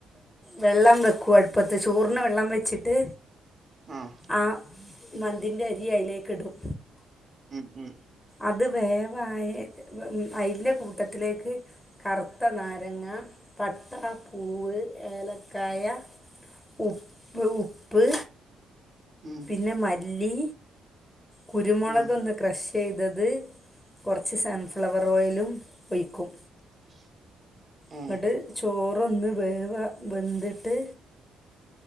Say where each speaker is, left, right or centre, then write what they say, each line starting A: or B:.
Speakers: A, on the left; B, on the right.
A: വെള്ളം വെക്കൂ അട്പ്പത്ത് ചോർന് വെള്ളം വെച്ചിട്ട്
B: ആഹ്
A: ആ മന്തിൻ്റെ അരി അയ്ലേക്ക്ടും
B: ഉം ഉം
A: അത് വേവായേ അയ്ന്റെ കൂട്ടത്തിലേക്ക് കറുത്തനാരങ്ങ പട്ട പൂവ് ഏലക്കായ ഉപ്പ് ഉപ്പ്
B: ഉം
A: പിന്നെ മല്ലി കുരുമുളകൊന്ന്
B: ആഹ്
A: ക്രെശ്ശെയ്തത് കൊർച്ച് സൺഫ്ലവറോയലും ഒയ്ക്കും
B: <inaudible> ഏഹ്
A: ഇങ്ങട് ചോ റൊന്ന് വേവാ വെന്തിട്ട്